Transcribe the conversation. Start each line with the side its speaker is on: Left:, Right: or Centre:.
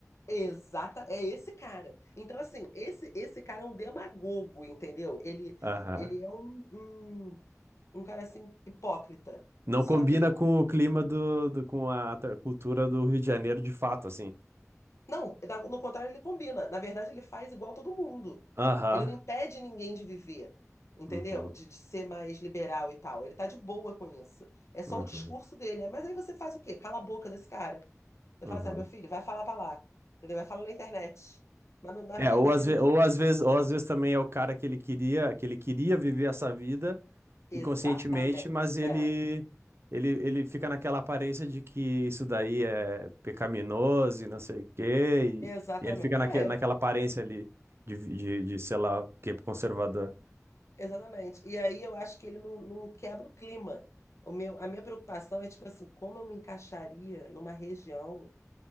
Left: Exata, é esse cara. Então, assim, esse, esse cara é um demagogo, entendeu? Ele,
Right: Aham.
Left: ele é um, um, um cara assim, hipócrita.
Right: Não
Left: Só
Right: combina
Left: que ele
Right: com o clima do, do- com a tra- cultura do Rio de Janeiro de fato, assim.
Left: Não, da- no contrário, ele combina. Na verdade, ele faz igual todo mundo.
Right: Aham.
Left: Ele não impede ninguém de viver, entendeu?
Right: Uhum.
Left: De, de ser mais liberal e tal. Ele tá de boa com isso. É só
Right: Uhum.
Left: o discurso dele. É, Mas aí você faz o quê? Cala a boca desse cara. Você
Right: Uhum.
Left: fala assim, ah, meu filho, vai falar pra lá. Entendeu? Vai falar na internet. Mas no- na
Right: É,
Left: vida,
Right: ou
Left: assim,
Right: às,
Left: no...
Right: ve-
Left: di-
Right: ou às vezes, ou às vezes também é o cara que ele queria, que ele queria viver essa vida
Left: Exatamente.
Right: inconscientemente, mas ele
Left: É.
Right: ele, ele fica naquela aparência de que isso daí é pecaminoso e não sei o quê,
Left: Exatamente.
Right: e, e ele fica naque,
Left: É,
Right: naquela
Left: eu-
Right: aparência ali de, de, de, sei lá, o que conservador.
Left: exatamente. E aí eu acho que ele não, não quebra o clima. O meu, a minha preocupação é, tipo assim, como eu me encaixaria numa região